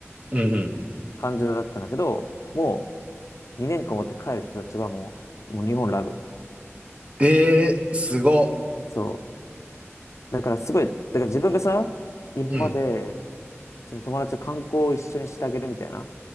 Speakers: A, on the right; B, on the left.
A: うんうん。
B: 感情だったんだけど、もう2年間終わって帰る人たちはもう、もう日本ラブ。
A: えー、すご。
B: そう。だからすごい、だから自分がさ、今まで、
A: うん、
B: その友達と観光を一緒にしてあげるみたいな